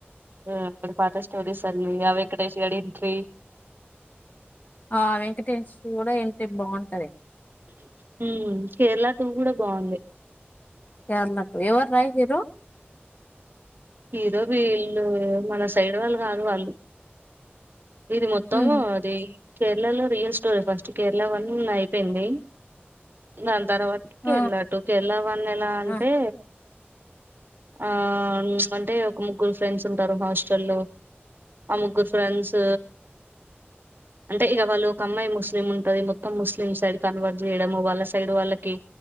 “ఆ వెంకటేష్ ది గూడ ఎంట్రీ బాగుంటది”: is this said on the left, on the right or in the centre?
Left